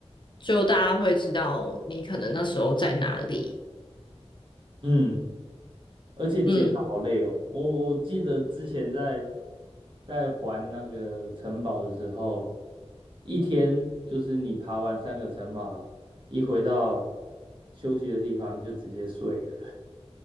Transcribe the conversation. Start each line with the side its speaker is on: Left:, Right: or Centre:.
Left: 就大家会知道你可能那时候在哪里。
Right: 嗯。而且剪它好累哦。
Left: 嗯。
Right: 我我记得之前在在还那个城堡的时候，一天就是你爬完三个城堡，一回到休息的地方就直接睡了。